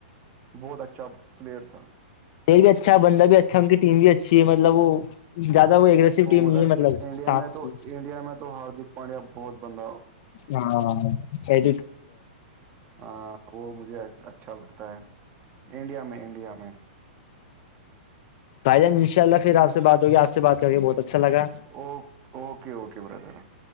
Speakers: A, on the right; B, on the left.
A: بہت اچھا پلیئر تھا
B: پ بھی اچھا بند بھی اچھا ان کی ٹیم بھی اچھی ہے مطلب وہ زیادہ وہ اگریسو ٹیم نہیں
A: مگر
B: ہے مطلب ساتھ
A: انڈیا میں تو
B: کی
A: انڈیا میں تو ہاردک پانڈیا بہت بند
B: ہاں
A: ہاں وہ مجھے اچھا لگتا ہے انڈیا میں انڈیا میں
B: بھائی جان ان شاء اللہ پھر آپ سے بات ہوگی آ سے بات کر کے بہت اچھا لگا
A: اوک اوکے اوکے بردر